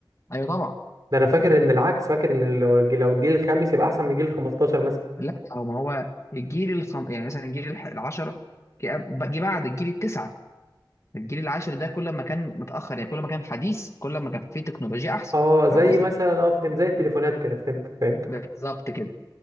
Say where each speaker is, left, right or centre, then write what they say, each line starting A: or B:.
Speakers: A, on the left; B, on the right.
A: ايوه طبعا
B: ده انا فاكر ان العكس فاكر ان لو الج- لو الجيل الخامس يبقى احسن من الجيل 15 مثلا
A: لا او ما هو الجيل الخم... يعني مثلا الجيل الح- العشرة جه جه بعد الجيل التسعة الجيل العاشر ده كل ما كان متاخر يعني كل ما كان حديث كل ما كان فيه تكنولوجيا احسن
B: اه زي
A: فاهم قصدي
B: مثلا اه فهمت زي التليفونات كده فهمت فهمت
A: بالظبط كده